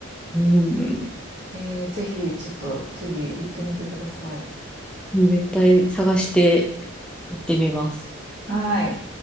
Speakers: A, in the centre; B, on the right.
A: うん。
B: えー、ぜひ、ちょっと次行ってみてください。
A: 絶対探して行ってみます。
B: はい。